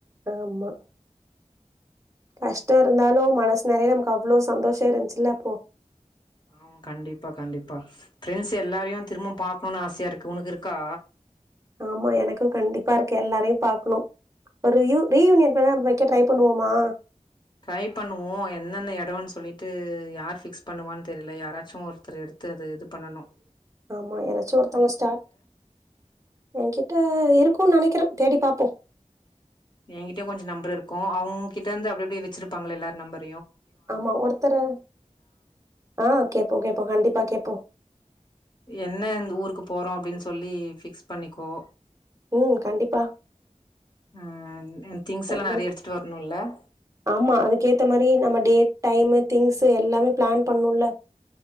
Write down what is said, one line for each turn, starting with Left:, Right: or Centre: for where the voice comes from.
Right: ஆமா கஷ்டம் இருந்தாலும் மனசு நிறைய நமக்கு அவ்வளவு சந்தோஷம் இருந்துச்சுல அப்போ
Left: ஆமா கண்டிப்பா கண்டிப்பா பிரெண்ட்ஸ் எல்லாரையும் திரும்ப பாக்கணும்னு ஆசையா இருக்கு உனக்கு இருக்கா
Right: ஆமா எனக்கும் கண்டிப்பா இருக்கு எல்லாரையும் பாக்கணும் ஒரு ரீயு ரீயூனியன் வேணா வைக்க ட்ரை பண்ணுவோமா
Left: ட்ரை பண்ணுவோம் என்னென்ன இடம்ன்னு சொல்லிட்டு யார் பிக்ஸ் பண்ணுவான்னு தெரியல யாராச்சும் ஒருத்தர் எடுத்து அத இது பண்ணனும்
Right: ஆமா ஏதாச்சும் ஒருத்தவங்க ஸ்டார்ட் என்கிட்ட அ இருக்கும் நினைக்கிறேன் தேடி பார்ப்போம்
Left: என்கிட்டயும் கொஞ்சம் நம்பர் இருக்கும் அவங்ககிட்ட இருந்து அப்டி எப்டி வச்சிருப்பாங்கள எல்லாரும் நம்பர்
Right: ஆமா ஒருத்தரை ஆஹ் கேட்போம் கேட்போம் கண்டிப்பா கேட்போம்
Left: என்ன இந்த ஊருக்கு போறோம் அப்டின்னு சொல்லி பிக்ஸ் பண்ணிக்கோ
Right: உம் கண்டிப்பா
Left: ம் திங்ஸ் எல்லா
Right: எங்க
Left: நெறைய எடுத்துட்டு வரணுல்ல
Right: ஆமா அதுக்கேத்த மாதிரி நம்ம டேட் டைமு திங்க்ஸ்சு எல்லாமே பிளான் பண்ணணும்ல